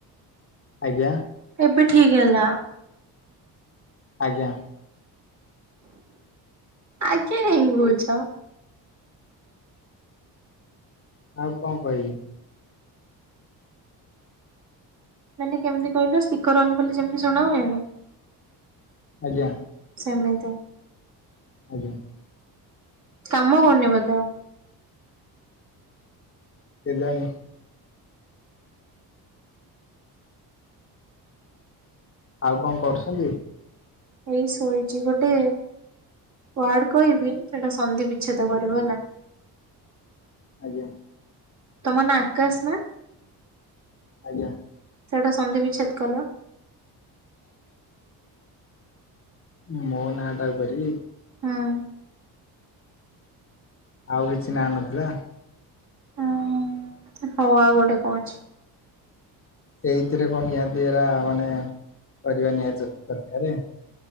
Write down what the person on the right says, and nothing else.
ଏବେ ଠିକ୍ ହେଲା।
ଆଜ୍ଞା କାଇଁ କହୁଛ?
ମାନେ କେମିତି କହିଲେ ସ୍ପିକର ଅନ୍ କଲେ ଯେମିତି ଶୁଣା ହୁଏନି
ସେମିତି।
କାମ କରୁନି ବୋଧେ ଆଉ।
ଏଇ ଶୋଇଛି, ଗୋଟେ ୱାର୍ଡ କହିବି ସେଟା ସନ୍ଧି ବିଚ୍ଛେଦ କରିବ ହେଲା।
ତୁମ ନାଁ ଆକାଶ ନା?
ସେଇଟା ସନ୍ଧି ବିଛେଦ କଲ।
ହୁଁ।
ଉଁ ହଉ ଆଉ ଗୋଟେ କହୁଛି।